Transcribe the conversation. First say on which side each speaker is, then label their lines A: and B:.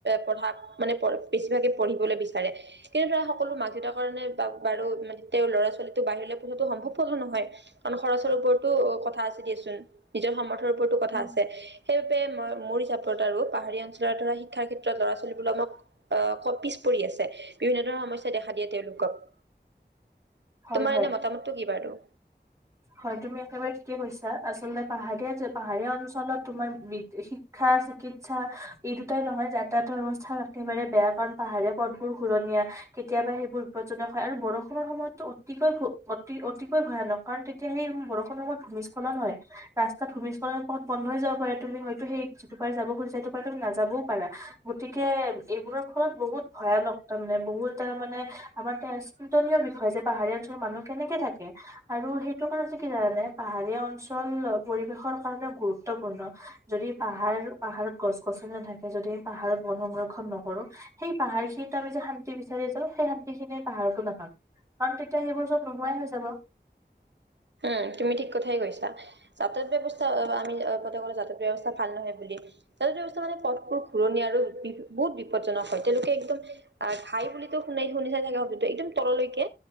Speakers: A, on the right; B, on the right.
A: পঢ়াত মানে পঢ় বেছিভাগে পঢ়িবলে বিচা ৰে কিন্তু ধৰা সকলো মাক দেউতাকৰ কাৰণে বা বাৰু মানে তেওঁ ল'ৰা ছোৱালীতটো বাহিৰলৈ প টো সম্ভৱ নহয়, কাৰণ খৰচৰ ওপৰতো কথা আছে দিয়াচোন নিজৰ সাম থৰ ওপৰতো কথা
B: উম
A: আছে। সেইবাবে মই মোৰ হিচাপত আৰু পাহাৰীয়া অঞ্চলৰ ধৰা শিক্ষাৰ ক্ষেত্ৰত ল'ৰা ছোৱালীবিলাক অঁহ পিছ পৰি আছে, বিভিন্ন ধৰণৰ সমস্যাই‌ দেখা দিয়ে তেওঁলোকক।
B: হয়
A: তোমাৰ
B: হয়
A: এনেই মতামতটো কি বাৰু?
B: হয় তুমি একেবাৰে ঠিকেই কৈছা, আচলতে পাহাৰীয়া পাহাৰীয়া অঞ্চলত তোমাৰ শি ক্ষা, চিকিৎসা এই দুটাই নহয় যাতায়াতৰ অৱস্থা একেবাৰে বেয়া, কাৰণ পাহাৰীয়া পথবোৰ ঘূৰণীয়া। কেতিয়াবা সেইবোৰ বিপদজনক হয় আৰু বৰষুণৰ সময়তো অতি অতিকৈ ভয়ানক, কাৰণ তে তিয়া সেই বৰষুণৰ সময়ত ভূমিস্খলন হয়। ৰাস্তাত ভূমিস্খলন ফলত বন্ধ যাব পাৰে, তুমি হয়তো সেই যিটো পাৰ যাব খুজিছা সেইটোপাৰ তুমি নাযাবও পাৰা। গতিকে এইবোৰৰ ফলত বহুত ভয়ানক, তাৰমানে বহুত তাৰ মানে আমাৰ চিন্তনীয় বিষয় যে পাহাৰীয়া অঞ্চলৰ মানুহ কেনেকে থাকে আৰু সেই এইটো কাৰণটো কি জানানে পাহাৰীয়া অঞ্চল পৰিৱেশৰ কাৰণে গুৰুত্বপূৰ্ণ। যদি পাহাৰ পাহাৰত গছ গছনি নাথাকে যদি পাহাৰত বন সংৰক্ষন নকৰো, সেই পাহাৰ খিনিত আমি যে শান্তি বিচাৰি যাওঁ, সেই শান্তি খিনিয়ে পাহাৰটো নাপাম। কাৰণ, তেতিয়া সেইবোৰ চব নোহোৱাই হৈ যাব।
A: উম, তুমি ঠিক কথাই কৈছা, যাতায়ত ব্যৱস্থা আমি <unintelligible> ব্যৱস্থা ভাল নহয় বুলি। যাতায়ত ব্যৱস্থা মানে পথবোৰ ঘূৰণীয়া আৰু বহুত বিপদজনক হয়, তেওঁলোকে একদম আ ঘাই বুলিটো শুনাই শুনিছাই ছাগে <unintelligible> একদম তললৈকে